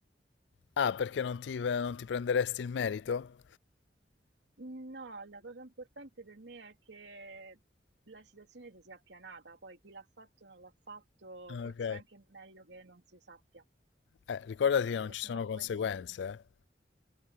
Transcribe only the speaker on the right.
No, la cosa importante per me è che la situazione si sia appianata, poi chi l'ha fatto o non l'ha fatto,
forse
è anche meglio che non si sappia,
perché
sennò
poi finisce.